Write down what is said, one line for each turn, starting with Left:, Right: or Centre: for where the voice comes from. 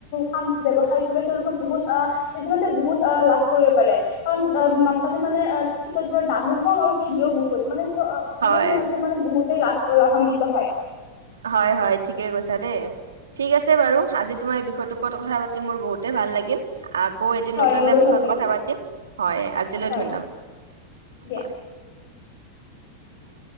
Left: কাম ব্য়সায় তোলে তেওঁলোকে বহুত এদিত বহুত অ লাভ কৰিব পাৰে কাৰণ তাতে তিকটৰ দামো কম আৰু ভিৰো বহুত মানে অ
Right: হয়
Left: মানে সিহঁতে মানে বহুত লাভ লাভান্বিত হয়।
Right: হয় হয় ঠিকে কৈছা দেই ঠিক আছে বাৰু আজি তোমাৰ বিখয় তো ওপৰত কথাা মোৰ বহুত তে ভাল লাগিল। আকৌ এদিন
Left: হয়
Right: নতুন
Left: মোৰো
Right: এটা বিষয়ত
Left: ভাল লাগিল
Right: কথা পাতিম হয় আজিলৈ
Left: হয়
Right: ধন্যবাদ
Left: দিয়া
Right: হয়। <inaudible>